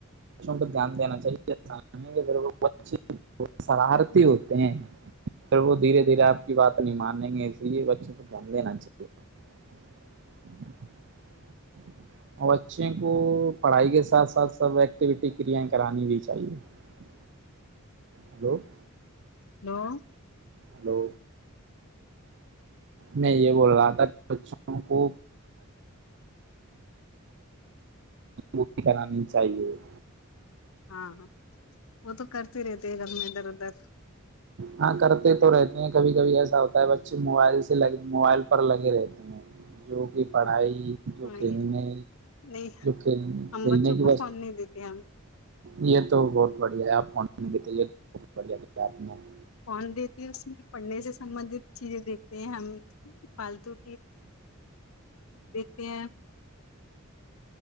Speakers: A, on the right; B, on the left.
A: <unintelligible> سم کو دھیان دینا چاہیے وہ بچ شرارتی ہوتے ہیں پھر وہ دھیرے دھیرے آپ کی بات نہیں مانیں گے اسی لیے بچوں کو دھیان دینا چاہیے <unintelligible> اور بچے کو پڑھائی کے ساتھ ساتھ سب ایکٹیوٹی کریایں کرانی بھی چاہیے <unintelligible> ہلو <unintelligible>
B: ہیلو
A: ہلو میں یہ بول رہا تھا بچوں کو پی کرانی چاہیے <unintelligible>
B: ہاں وہ تو کرتے رہتے ہے گھر میں ادھر ادھر
A: ہاں کرتے تو رہتے ہیں کبھی کبھی ایسا ہوتا ہے بچے موبائل سے لگ موبائل پر لگے رہتے ہیں جو کہ پڑھائی جو
B: ہاں
A: کھیلنے
B: نہیں
A: کھیل
B: ہم
A: کھیلنے
B: بچوں
A: کی
B: کو
A: ب
B: فون نہیں دیتے ہم
A: یہ تو بہت بڑھیا ہے آپ <unintelligible> ان کی طیت بت بڑھیا کتاب ہے <unintelligible> نہ <unintelligible>
B: فون دیتی ہے اس میں پڑھنے سے سبندت چیزیں دیکھتے ہیں ہم فالتو پ <unintelligible>